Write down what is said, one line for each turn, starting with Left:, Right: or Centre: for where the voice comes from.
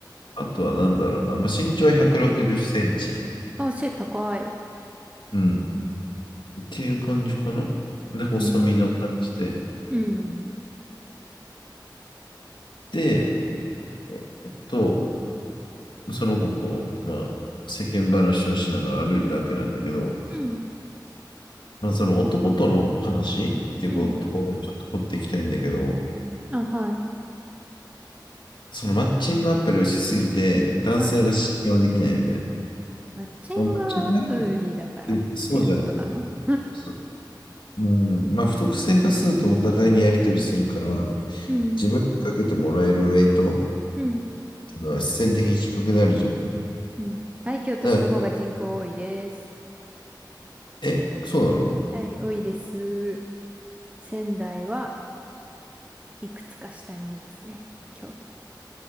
Left: あとはなんだろうな、まあ、身長は160センチ、
Right: あ、背高い。
Left: うん、っていう感じかな。で、細身の感じで。
Right: うん。うん。
Left: で、えっと、その子と、まあ、世間話をしながら歩いたわけなんだけど、
Right: うん。
Left: まあ、その男との話っていうこところにちょっと掘っていきたいんだけど、
Right: うん。あ、はい。
Left: そのマッチングアプリをしすぎて、男性が信用できないみたいな。
Right: はい。マッチングアプリだからってことなの
Left: まあマッチングアプリってそうじゃん。
Right: <laughs>
Left: そうん、まあ、不特定多数とお互いにやり取りするから、
Right: うん。
Left: 自分にかけてもらえるウェイトっ
Right: うん。
Left: ていうのは必然的に低くなるじゃん。
Right: うん。はい。京都市の方が人口多いです。
Left: だからえ、そうなの
Right: はい。多いです。仙台はいくつか下にいますね。京都。